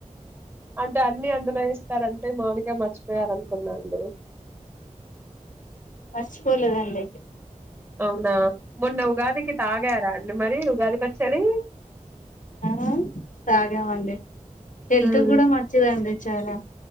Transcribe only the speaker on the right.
అంటే అన్ని అందులో యేస్తారంటే మామిడికాయ మర్చిపోయారు అనుకున్నాండు
అవునా మొన్న ఉగాదికి తాగారా అండి మరి ఉగాది పచ్చడి
ఉమ్